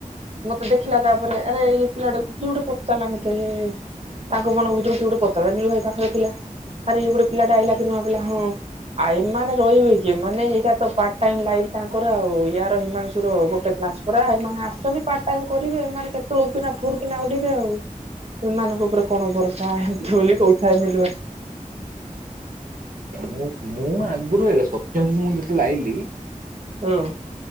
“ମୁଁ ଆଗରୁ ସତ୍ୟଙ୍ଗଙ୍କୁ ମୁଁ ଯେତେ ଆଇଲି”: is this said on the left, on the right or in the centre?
Right